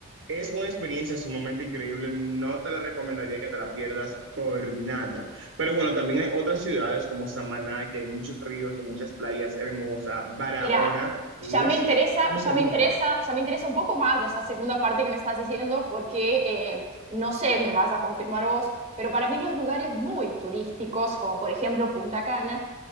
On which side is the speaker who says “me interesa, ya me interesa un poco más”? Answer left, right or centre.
Right